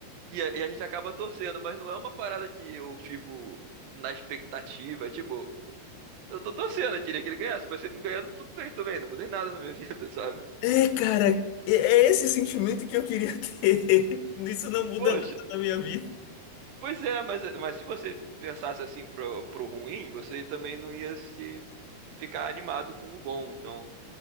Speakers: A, on the right (about 70°); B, on the left (about 80°).
A: E a, e a gente acaba torcendo, mas não é uma parada que eu fico na expectativa. Tipo, eu tô torcendo, eu queria que ele ganhasse, mas se ele não ganhar, não- tudo bem também, não mudei nada na minha vida, <laughs> sabe?
B: É, cara, é é esse sentimento que eu queria ter. <laughs> Isso não muda
A: Poxa.
B: nada na minha vida.
A: Pois é, mas, mas se você pensasse assim pro, pro ruim, você também não ia se ficar animado com o bom. Então,